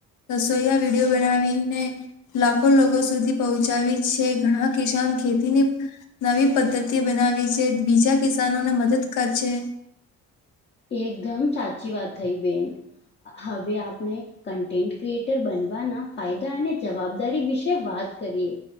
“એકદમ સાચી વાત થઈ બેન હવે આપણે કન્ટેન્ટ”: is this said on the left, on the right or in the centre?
Left